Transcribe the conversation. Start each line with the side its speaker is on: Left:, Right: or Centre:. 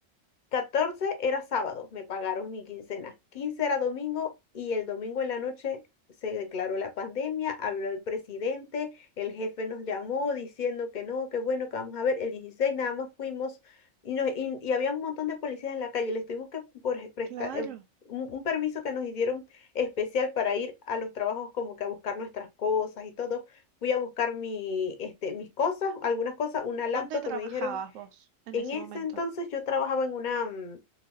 Left: catorce era sábado, me pagaron mi quincena. quince era domingo y el domingo en la noche se declaró la pandemia, habló el presidente, el jefe nos llamó diciendo que no, que bueno, que vamos a ver. El 16 nada más fuimos y, nos- y, y había un montón de policías en la calle. Les tuvimos que por prestar
Right: Claro.
Left: eh, un, un permiso que nos dieron especial para ir a los trabajos como que a buscar nuestras cosas y todo. Fui a buscar mi, este, mis cosas, algunas cosas, una laptop
Right: ¿Dónde trabajabas
Left: que me dijeron
Right: vos en
Left: en
Right: ese
Left: ese
Right: momento?
Left: entonces yo trabajaba en una, mm,